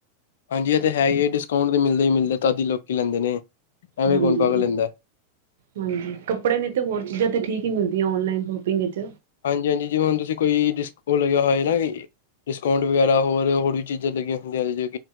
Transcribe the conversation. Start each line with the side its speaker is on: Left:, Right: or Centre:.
Left: ਹਾਂਜੀ ਇਹ ਤੇ ਹੈ ਹੀ ਹੈ ਡਿਸਕਾਊਂਟ ਮਿਲਦਾ ਹੀ ਮਿਲਦਾ, ਤਾਂਦੀ ਲੋਕੀ ਲੈਂਦੇ ਨੇ। ਐਵੇਂ
Right: ਹਾਂਜੀ।
Left: ਕੌਣ ਪਾਗਲ ਲੈਂਦਾ
Right: ਹਾਂਜੀ, ਕੱਪੜੇ ਨੀ ਤਾਂ ਹੋਰ ਚੀਜ਼ਾਂ ਤਾਂ ਠੀਕ ਹੀ ਮਿਲਦੀਆਂ, ਔਨਲਾਈਨ ਸ਼ੋਪਿੰਗ ਵਿੱਚ
Left: ਹਾਂਜੀ ਹਾਂਜੀ, ਜਿਵੇਂ ਹੁਣ ਤੁਸੀਂ ਕੋਈ ਡਿਸਕ ਉਹ ਲਗਿਆ ਹੋਇਆ ਨਾ ਡਿਸਕਾਊਂਟ ਵਗੈਰਾ, ਹੋਰ ਹੋਰ ਵੀ ਚੀਜ਼ਾਂ ਲੱਗੀਆਂ ਹੁੰਦੀਆਂ ਜੇ